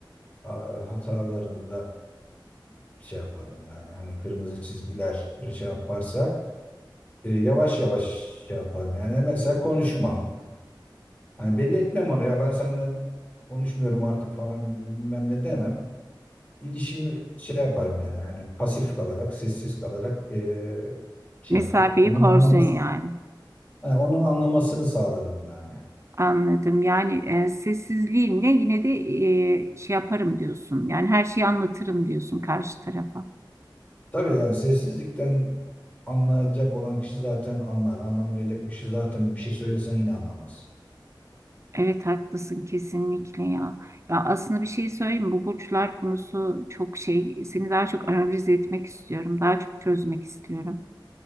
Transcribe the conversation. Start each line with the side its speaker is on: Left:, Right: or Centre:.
Left: a- a- hatalarında şey yaparım yani. Hani kırmızı çizgiler şey yaparsa e, yavaş yavaş şey yaparım. Yani mesela konuşmam. Hani belli etmem onu. Ya ben senden konuşmuyorum artık falan bilmem ne demem. İlişimi şey yaparım yani yani pasif kalarak sessiz kalarak eee, şey
Right: Mesafeyi
Left: yaparım. Onun
Right: korsun
Left: anlaması
Right: yani.
Left: yani onun anlamasını sağlarım yani.
Right: Anladım. Yani e, sessizliğimle yine de e, şey yaparım diyorsun. Yani her şeyi anlatırım diyorsun karşı tarafa.
Left: Tabii yani sessizlikten anlayacak olan kişi zaten anlar. Anlamayacak kişi zaten bir şey söylesen yine anlamaz.
Right: Evet haklısın kesinlikle ya. Ya aslında bir şey söyleyeyim mi? Bu burçlar konusu çok şey. Seni daha çok analiz etmek istiyorum. Daha çok çözmek istiyorum.